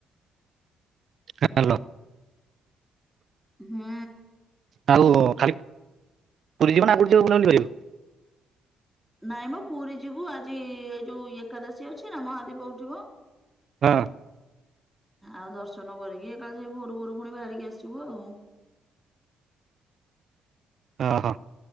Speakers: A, on the right (about 60°); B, in the centre.
A: ହାଲୋ।
B: ହୁଁ।
A: ଆଉ ଖାଲି ପୁରୀ ଯିବ ନା ଆଉ କୋଉଠି ଯିବ ବୁଲା ବୁଲି କରିଆକୁ।
B: ନାଇଁ ମ ପୁରୀ ଯିବୁ ଆଜି ଏଇ ଯୋଉ ଏକାଦଶୀ ଅଛି ନା ମହାଦୀପ ଉଠିବ
A: ହଁ।
B: ଆଉ ଦର୍ଶନ କରିକି ଏକାଏଳେ ସେଇ ଭୋରୁ ଭୋରୁ ପୁଣି ବାହାରିକି ଆସିବୁ ଆଉ।
A: ଅହ।